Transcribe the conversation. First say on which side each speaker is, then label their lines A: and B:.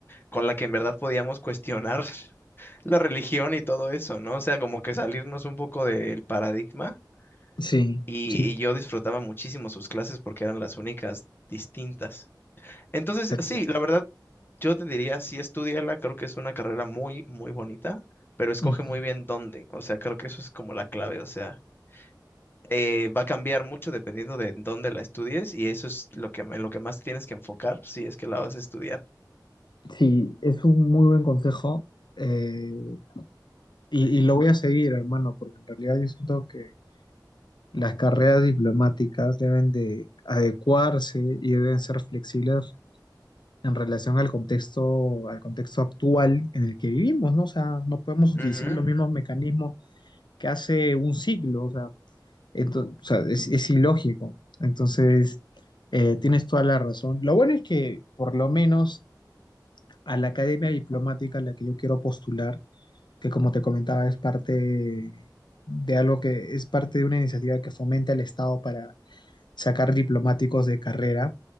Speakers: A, on the left (about 30°); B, on the left (about 80°).
A: con la que en verdad podíamos cuestionar <laughs> la religión y todo eso, ¿no? O sea, como que salirnos un poco del paradigma
B: Sí,
A: y,
B: sí,
A: y yo disfrutaba muchísimo sus clases porque eran las únicas distintas. Entonces,
B: te entiendo.
A: sí, la verdad, yo te diría, sí, estudiala, creo que es una carrera muy, muy bonita, pero escoge
B: Ujú.
A: muy bien dónde. O sea, creo que eso es como la clave. O sea, eh, va a cambiar mucho dependiendo de dónde la estudies y eso es lo que, en lo que más tienes que enfocar si es que la vas a estudiar.
B: Sí, es un muy buen consejo eh, y, y lo voy a seguir, hermano, porque en realidad yo siento que las carreras diplomáticas deben de adecuarse y deben ser flexibles en relación al contexto, al contexto actual en el que vivimos, ¿no? O sea, no podemos
A: Ujú,
B: utilizar los mismos mecanismos que hace un siglo, o sea, ento- o sea, es, es ilógico. Entonces, eh, tienes toda la razón. Lo bueno es que por lo menos a la academia diplomática a la que yo quiero postular, que como te comentaba es parte de algo que es parte de una iniciativa que fomenta el Estado para sacar diplomáticos de carrera.